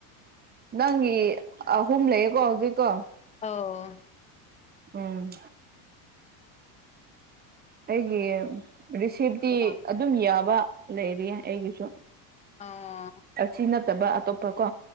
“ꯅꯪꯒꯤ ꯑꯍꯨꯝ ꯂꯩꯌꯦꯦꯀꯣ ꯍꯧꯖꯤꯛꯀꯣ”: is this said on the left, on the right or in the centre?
Right